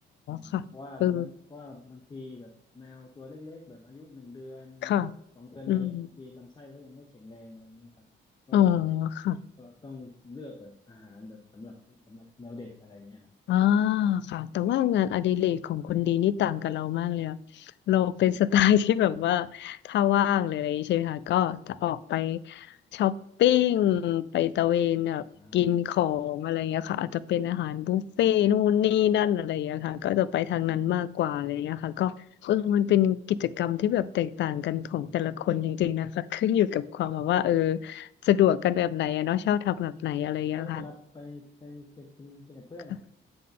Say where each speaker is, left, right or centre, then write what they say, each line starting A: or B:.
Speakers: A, on the left (about 20°); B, on the left (about 65°).
A: อืมเพราะว่าบางเพราะว่าบางทีแบบแมวตัวเล็กๆแบบอายุหนึ่งเดือน
B: ค่ะเออค่ะ
A: สองเดือนอะไรเงี้ยบางทีลำไส้เขายังไม่แข็งแรงอะไรเงี้ยครับก็
B: อืมอ๋อค่ะ
A: ก็ต้องเลือกแบบอาหารแบบสำหรับสำหรับแมวเด็กอะไรเงี้ยนะ
B: อ่าค่ะแต่ว่างานอดิเรกของคนดีนี่ต่างกับเรามากเลยอะ
A: อืมทำอะไร
B: เราเป็นสไตล์ที่แบบว่าถ้าว่างเลยอะไรอย่างงี้ใช่ไหมคะก็จะออกไป
A: อืม
B: ช้อปปิ้งไปตะเวนแบบกินของอะไรอย่างเงี้ยค่ะอาจจะเป็นอาหารบุฟเฟ่ต์นู่นนี่นั่นอะไรอย่างเงี้ยค่ะก็จะไปทางนั้นมากกว่าอะไรอย่างเงี้ยค่ะก็เออมันเป็นกิจกรรมที่แบบแตกต่างกันของแต่ละคนจริงๆนะคะขึ้นอยู่กับความแบบว่าเออ
A: อ่าอืมอืม
B: สะดวกกันแบบไหนอะเนาะชอบทำแบบไหนอะไรอย่างเงี้ยค่
A: แล้วเวลาไปไปกินกินกินกับเพื่อนอะ
B: ะ